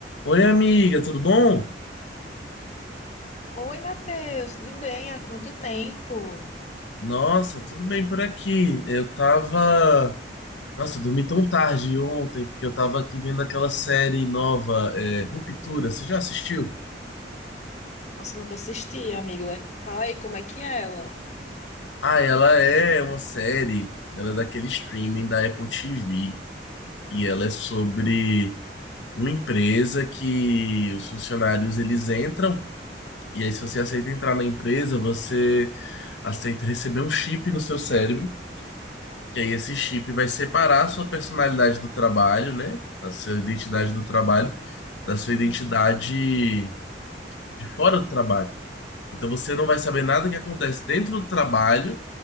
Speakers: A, on the left; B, on the left.
A: Oi, amiga, tudo bom?
B: Oi, Matheus, tudo bem? Há quanto tempo?
A: Nossa, tudo bem por aqui. Eu tava. Nossa, eu dormi tão tarde ontem, porque eu tava aqui vendo aquela série nova, é, Ruptura. Você já assistiu?
B: Nossa, nunca assisti, amigo. Fala aí, como é que é ela?
A: Ah, ela é uma série. Ela é daquele streaming da Apple TV. E ela é sobre uma empresa que os funcionários eles entram. E aí, se você aceita entrar na empresa, você aceita receber um chip no seu cérebro. Que aí esse chip vai separar a sua personalidade do trabalho, né? A sua identidade do trabalho, da sua identidade de fora do trabalho. Então você não vai saber nada que acontece dentro do trabalho